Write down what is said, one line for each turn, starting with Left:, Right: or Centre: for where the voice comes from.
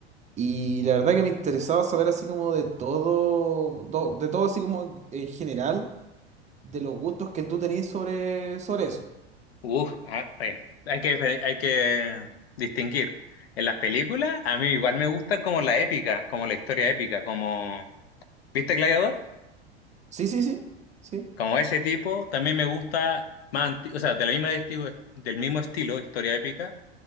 Right: Y la verdad que me interesaba saber así como de todo, do- de todo así como en en general, de los gustos que tú tenés sobre, sobre eso.
Left: Uf, ah, bueno, hay que, dife- hay que distinguir. En las películas, a mí igual me gusta como la épica, como la historia épica, como... ¿Viste Gladiador?
Right: Sí, sí, sí, sí.
Left: Como ese tipo, también me gusta más, anti- o sea, de la misma esti- del mismo estilo, historia épica,